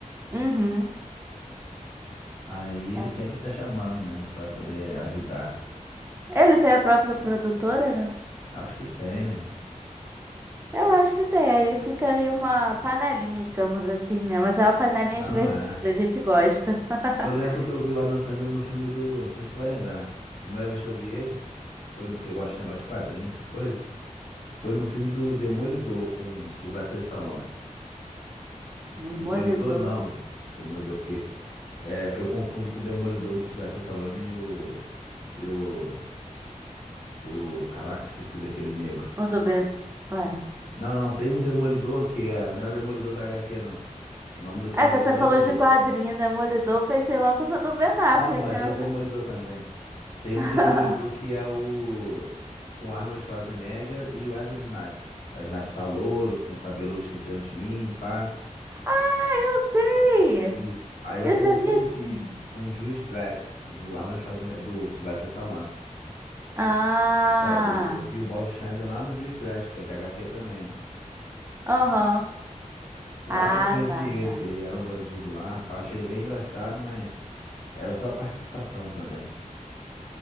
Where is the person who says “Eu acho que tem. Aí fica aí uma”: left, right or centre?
Right